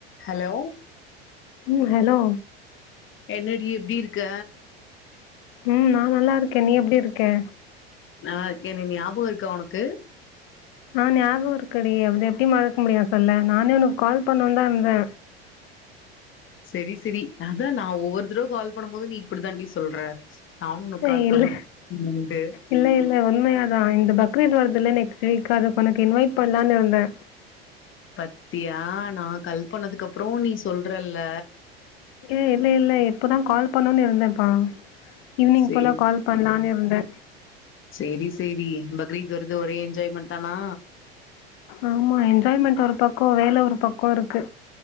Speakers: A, on the left; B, on the left.
A: ஹலோ
B: ம் ஹலோ
A: என்னடி எப்டி இருக்க
B: ம் நா நல்லாருக்கே நீ எப்டி இருக்க
A: நா என்னைய ஞாபக இருக்கா உனக்கு
B: ஆ ஞாபக இருக்குடி அது எப்டி மறக்க முடியு சொல்லு நானே உனக்கு கால் பண்ணோன் தா இர்ந்தே
A: செரி செரி நா தா நா ஒவ்வொரு தடவ கால் பண்ணும் போது நீ இப்டி தான்டி சொல்ற நானு உனுக்
B: ஏய்,
A: கால்
B: இல்ல
A: பண்ணு <inaudible> உண்டு
B: இல்ல இல்ல உண்மையா தா இந்த பக்ரீத் வர்துல்ல நெக்ஸ்ட்டு வீக் அதுக்உனக்கு இன்வைட் பண்லானு இருந்தே
A: பத்தியா நா கல் பன்னதுக்கு அப்றோ நீ சொல்றல்ல
B: ஏ இல்ல இல்ல இப்பதா கால் பண்ணுனு இருந்தேப்பா ஈவினிங்
A: சேரி
B: போல கால் பண்லான்னு இருந்தே
A: செரி செரி பக்ரீத் வருது ஒரே என்ஜாய் மட்தானா
B: ஆமா என்ஜாய்மெண்ட் ஒரு பக்கோ வேல ஒரு பக்கோ இருக்கு